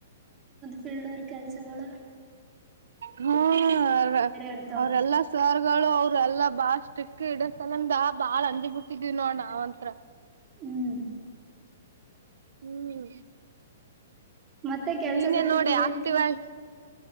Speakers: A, on the right; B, on the right.
A: ಫಿಲ್ಡೋರ್ ಕೆಲಸಗಳು
B: ಹ್ಮ
A: ಇರ್ತಾವ
B: ಅವ್ರಲ್ಲ ಸ್ವರ್ ಗಳು ಅವ್ರ ಎಲ್ಲ ಬಾಳ ಸ್ಟ್ರಿಕ್ ಹಿಡ ಸಲಂದಾ ಬಾಳ ಅಂಜಿ ಬತಿದ್ವಿ ನೋಡ ನಾವ್ಂತ್ರ
A: ಹ್ಮ್
B: ಹ್ಮ್
A: ಮತ್ತೆ ಕೆಲ್ಸ
B: ನೀನೇ
A: ಬಿಟ್ಟಿಂದ
B: ನೋಡಿ
A: ಏನ್
B: ಆಕ್ಟಿವ್ ಆಗಿ